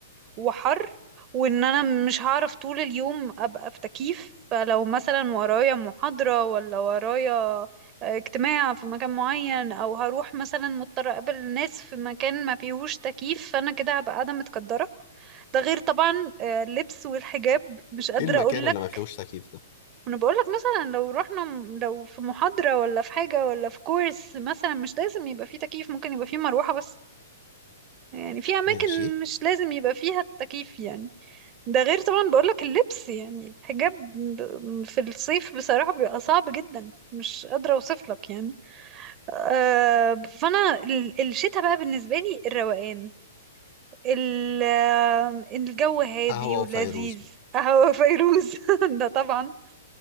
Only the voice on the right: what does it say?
وحر وان انا مش هعرف طول اليوم ابقى في تكييف فلو مثلا ورايا محاضرة ولا ورايا آه، اجتماع في مكان معين او هروح مثلا مضطرة اقابل ناس في مكان ما فيهوش تكييف فانا كده هبقى قاعدة متكدرة ده غير طبعا آه، اللبس والحجاب مش قادرة
اقولك
وانا بقولك مثلا لو رحنا م- لو في محاضرة ولا في حاجة ولا في كورس مثلا مش لازم يبقى فيه تكييف ممكن يبقى فيه مروحة بس يعني في اماكن
مش لازم يبقى فيها التكييف يعني ده غير طبعا بقولك اللبس يعني الحجاب ب- في الصيف بصراحة بيبقى صعب جدا مش قادرة اوصفلك يعني آه، فانا ال- الشتاء بقى بالنسبة لي الروقان ال- آه، الجو هادي
ولذيذ
قهوة فيروز <laughs> ده طبعا